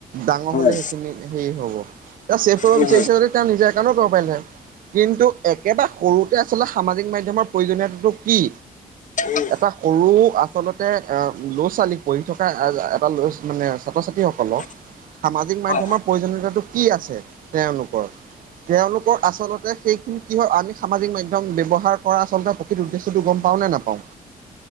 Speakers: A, on the right; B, on the left.
A: ডাঙৰ
B: হয়
A: হলে সেইখিনি হেৰি হব সবে কৰিব
B: হয়
A: বিচাৰি যদি নিজৰ একাউণ্ট কৰিব পাৰিলে কিন্তু একেটা সৰুতে আচলতে সামাজিক মাধ্যমৰ প্ৰয়োজনীয়তাটো কি।
B: উম <unintelligible>
A: এটা সৰু আচলতে ল'ৰা, ছোৱালীক পঢ়ি থকা এটা' মানে ছাত্ৰ, ছাত্ৰী সকলক।
B: হয় <inaudible>
A: সামাজিক মাধ্যমত
B: হয়
A: পৰিজনতাতটো কি আছে তেওঁলোক। তেওঁলোকৰ আচলতে সেইখিনি কি হয় আমি সামাজিক মাধ্যম ব্যৱহাৰ কৰা আচলতে প্ৰকৃত উদ্দেশ্যটো গম পাওঁ নে নাপাওঁ।